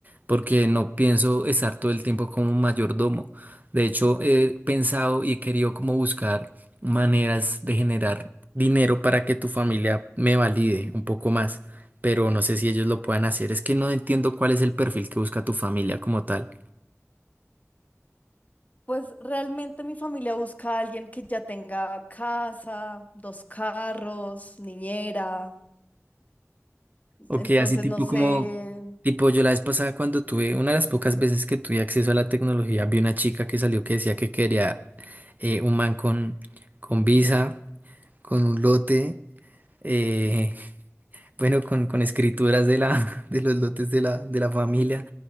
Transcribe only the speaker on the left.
Pues realmente mi familia busca a alguien que ya tenga casa, dos carros, niñera.
Entonces,
no sé.